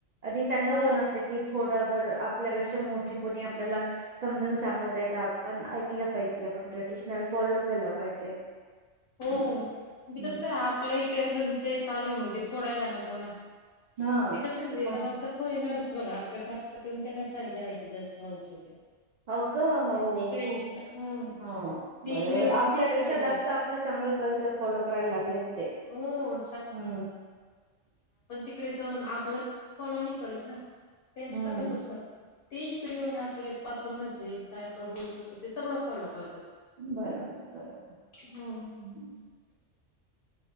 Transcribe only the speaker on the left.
हो
हो
हो. म्हणजे
कसं आहे आपल्या इकडे अजून ते चालू आहे मगं. तोडांयला नको ना.
ते कस म्हणजे
बगा म्हणजे कोरेयन असतं. बघा आपल्या भागात येऊन त्यांना साडी घालायची जास्त हाऊस येते.
ते इकडे
हो
ते
इकडे येऊन
तेच घालतात.
हो
पुढे जाऊन आपला फॉलो नाही करत ना. त्यांचे
सकाळ पसून होत्याते. ते इकडे येऊन आपले आपलं म्हणजे काय आपलं रूल्स असतं ते सगळं फॉलो करता.
हम्म